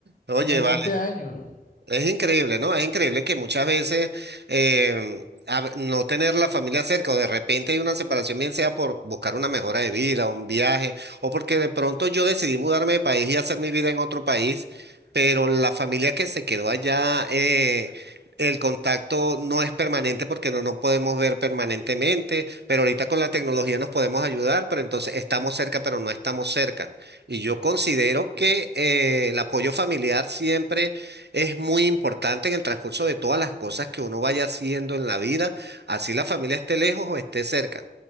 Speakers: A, on the right; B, on the left.
A: Oye,
B: como
A: vale.
B: 20 años.
A: Es increíble, ¿no? Es increíble que muchas veces em, a ve- no tener la familia cerca o de repente hay una separación, bien sea por buscar una mejora de vida, un viaje, o porque de pronto yo decidí mudarme de país y hacer mi vida en otro país, pero la familia que se quedó allá, eh, el contacto no es permanente porque no nos podemos ver permanentemente, pero ahorita con la tecnología nos podemos ayudar, pero entonces estamos cerca, pero no estamos cerca. Y yo considero
B: Sí,
A: que eh, el apoyo familiar siempre es muy importante en el transcurso de todas las cosas que uno vaya haciendo en la vida, así la familia esté lejos o esté cerca.